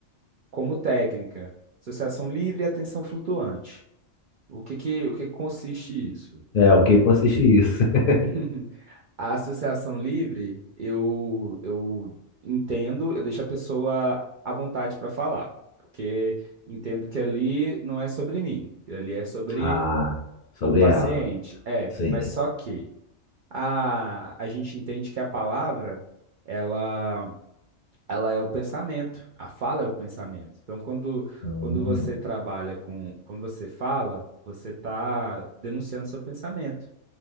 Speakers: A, on the right; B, on the left.
A: como técnica. Associação livre e atenção flutuante. O que que, o que que consiste isso?
B: É, o que consiste isso? <laughs>
A: <laughs> A associação livre, eu, eu entendo, eu deixo a pessoa à vontade para falar, porque entendo que ali não é sobre mim, que ali é sobre
B: Ah, sobre
A: o paciente.
B: ela.
A: É,
B: Sim.
A: mas só que a, a gente entende que a palavra, ela ela é o pensamento, a fala é o pensamento. Então, quando,
B: Hum,
A: quando você trabalha com, quando você fala, você está denunciando seu pensamento.